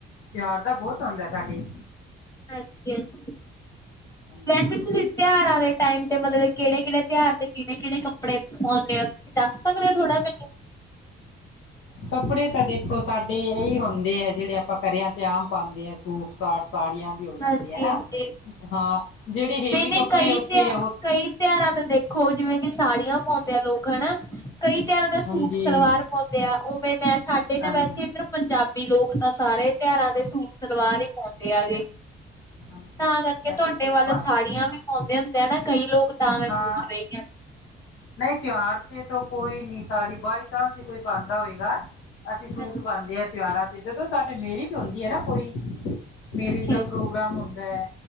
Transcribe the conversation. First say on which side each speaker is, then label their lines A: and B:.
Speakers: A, on the left (about 85°); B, on the left (about 15°).
A: ਤਿਉਹਾਰ ਦਾ ਬਹੁਤ ਹੁੰਦਾ ਹੈ ਸਾਡੇ
B: ਹਾੰਜੀ ਜੀ ਹਾਂਜੀ
A: ਹਾਂਜੀ
B: ਵੈਸੇ ਤੁਸੀਂ ਤਿਉਹਾਰਾਂ ਦੇ ਟਾਈਮ ਤੇ ਮਤਲਬ ਕਿਹੜੇ -ਕਿਹੜੇ ਤਿਉਹਾਰ ਤੇ ਕਿਹੜੇ- ਕਿਹੜੇ ਕੱਪੜੇ ਪਾਉਂਦੇ ਓ ਦੱਸ ਸਕਦੇ ਹੋ ਥੋੜ੍ਹਾ ਫਿਰ
A: ਕੱਪੜੇ ਤਾਂ ਦੇਖੋ ਸਾਡੇ ਇਹੀ ਹੁੰਦੇ ਆ ਜਿਹੜੇ ਆਪਾਂ ਘਰਿਆਂ ਚ ਆਮ ਪਾਉਂਦੇ ਆ ਸੂਟ ਸਾਟ ਸਾੜੀਆਂ ਵੀ ਹੋ ਜਾਂਦੀ
B: ਹਾਂਜੀ
A: ਐ ਨਾ,
B: ਹਾਂਜੀ
A: ਹਾਂ ਜਿਹੜੇ
B: ਨਹੀਂ
A: ਏਵੀ ਕੱਪੜੇ
B: ਨਹੀਂ ਕਈ
A: ਉੱਥੇ
B: ਤੇ
A: ਉਹ
B: ਕਈ ਤਿਉਹਾਰਾਂ ਤੇ ਦੇਖੋ ਜਿਵੇਂ ਕਿ ਸਾੜੀਆਂ ਪਾਉਂਦੇ ਆ ਲੋਕ ਹੈਨਾ ਕਈ ਤਿਆਰਾ ਦੇ ਸੂਟ
A: ਹਾਂਜੀ
B: ਸਲਵਾਰ ਪਾਉਂਦੇ ਆ ਉਵੇਂ ਮੈਂ ਸਾਡੇ ਤਾਂ
A: ਹਾਂਜੀ
B: ਵੈਸੇ ਇੱਧਰ ਪੰਜਾਬੀ ਲੋਕ ਤਾਂ ਸਾਰੇ ਤਿਆਰਾਂ ਦੇ ਸੂਟ ਸਲਵਾਰ ਹੀ ਪਾਉਂਦੇ ਆਗੇੇ
A: ਹਾਂਜੀ
B: ਤਾਂ ਕਰਕੇ
A: ਅਸੀਂ
B: ਤੁਹਾਡੇ
A: ਸੂਟ
B: ਵਾਲਾ
A: ਪਾਉਂਦੇ
B: ਚ ਸਾੜੀਆਂ
A: ਹਾਂ
B: ਵੀ ਪਾਉਂਦੇ ਹੁੰਦੇ ਆ ਨਾ ਕਈ ਲੋਕ ਤਾਂ ਮੈਂ
A: ਹਾਂ
B: ਪੁੱਛ ਰਹੀ ਆ
A: ਨਹੀਂ ਤੇਯੋਹਾਰ ਚ ਤਾਂ ਕੋਈ ਨੀ ਸਾੜੀ ਬਾਈ ਚਾਂਸ ਹੀ ਕੋਈ ਪਾੰਦਾ ਹੋਏਗਾ ਅਸੀਂ ਸੂਟ
B: ਹਾਂਜੀ
A: ਪਾੰਦੇ ਆ ਤੇਉਹਾਰਾਂ ਚ, ਜਦੋਂ ਸਾਡੇ ਮੇਰੀਜ ਹੂੰਦੀ ਹੈ ਨਾ ਕੋਈ ਮੇਰਿਜ
B: ਅੱਛਾ
A: ਦਾ
B: ਜੀ
A: ਪ੍ਰੋਗਰਾਮ ਹੁੰਦਾ ਐ